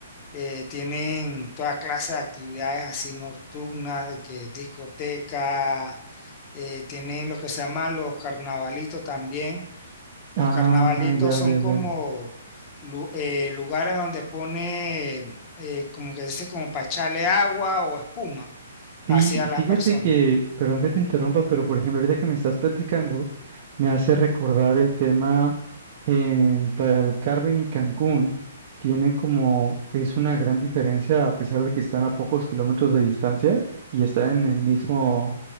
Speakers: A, on the left; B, on the right.
A: eh, tienen toda clase de actividades así nocturnas, de que discoteca, eh, tienen lo que se llaman los carnavalitos también. Los
B: Ah,
A: carnavalitos
B: ya,
A: son
B: ya,
A: como
B: ya.
A: lu- eh, lugares donde pone, eh, como que dice, como para echarle agua o espuma
B: Sí,
A: hacia
B: y
A: las
B: fíjate
A: personas.
B: que, perdón que te interrumpa, pero por ejemplo, ahorita que me estás platicando, me hace recordar el tema en Playa del Carmen y Cancún. Tienen como, es una gran diferencia a pesar de que están a pocos kilómetros de distancia y están en el mismo,